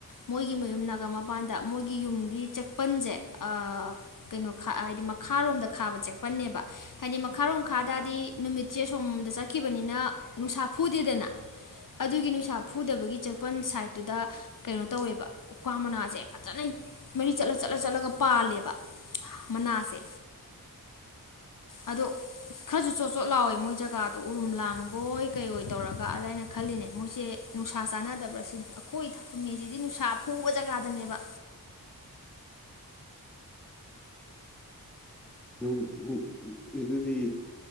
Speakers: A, on the left; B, in the centre.
A: ꯃꯣꯏꯒꯤ ꯃꯌꯨꯝ ꯅꯥꯒꯥꯃꯄꯥꯟꯗ ꯃꯣꯏꯒꯤ ꯌꯨꯝꯒꯤ ꯆꯦꯛꯄꯟꯖꯦ ꯑꯥ ꯀꯩꯅꯣ ꯈꯥ ꯑꯥ ꯍꯥꯏꯗꯤ ꯃꯈꯥꯔꯣꯝꯗ ꯈꯥꯕ ꯆꯦꯛꯄꯅꯦꯕ ꯍꯥꯏꯗꯤ ꯃꯈꯥꯔꯣꯝ ꯈꯥ ꯇꯥꯔꯗꯤ ꯅꯨꯃꯤꯠꯁꯦ ꯁꯣꯝꯗ ꯆꯠꯈꯤꯕꯅꯤꯅ ꯅꯨꯡꯁꯥ ꯐꯨꯗꯦꯗꯅ ꯑꯗꯨꯒꯤ ꯅꯨꯡꯁꯥ ꯐꯨꯗꯕꯒꯤ ꯆꯦꯛꯄꯟ ꯁꯥꯏꯗꯠ ꯇꯨꯗ ꯀꯩꯅꯣ ꯇꯧꯋꯦꯕ ꯀ꯭ꯋꯥ ꯃꯅꯥꯁꯦ ꯐꯖꯟꯅ ꯃꯔꯤ ꯆꯠꯂ ꯆꯠꯂ ꯆꯠꯂꯒ ꯄꯥꯜꯂꯦꯕ ꯃꯅꯥꯁꯦ ꯑꯗꯣ ꯈꯔꯁꯨ ꯆꯣꯠ ꯆꯣꯠ ꯂꯥꯎꯋꯦ ꯃꯣꯏ ꯖꯒꯥꯗꯣ ꯎꯔꯨꯝ ꯂꯥꯡꯕꯣꯏ ꯀꯩ ꯑꯣꯏ ꯇꯧꯔꯒ ꯑꯗ ꯑꯩꯅ ꯈꯜꯂꯤꯅꯦ ꯃꯣꯏꯁꯦ ꯅꯨꯡꯁꯥ ꯆꯥꯟꯅꯗꯕ꯭ꯔꯥ ꯁꯤꯅꯤ ꯑꯈꯣꯏ ꯊꯃꯤꯁꯤꯗꯤ ꯅꯨꯡꯁꯥ ꯐꯨ ꯕ ꯖꯒꯥꯗꯅꯦꯕ
B: <inaudible> <unintelligible> ꯑꯗꯨꯗꯤ